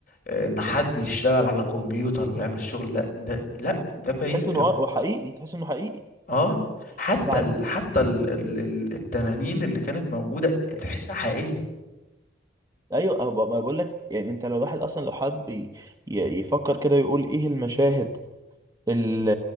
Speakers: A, on the left (about 45°); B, on the right (about 20°).
A: آه، ان حد يشتغل على كمبيوتر ويعمل الشغل لا ده لا ده بعيد
B: تحس انه
A: قوي
B: اه وحقيقي تحس انه حقيقي
A: اه حتى
B: وبعد
A: ال... حتى ال... ال... ال- التنانين اللي كانت موجودة انت تحسها حقيقية
B: ايوه أه، ب- ما بقول لك يعني انت لو الواحد اصلا لو حب ي- ي- يفكر كده ويقول ايه المشاهد ال-